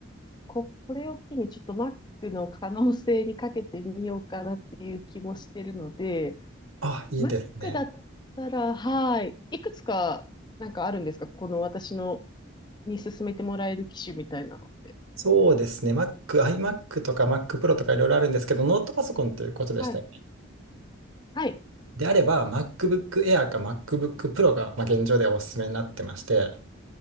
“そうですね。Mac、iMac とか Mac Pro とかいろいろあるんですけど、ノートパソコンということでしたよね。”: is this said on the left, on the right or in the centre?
Right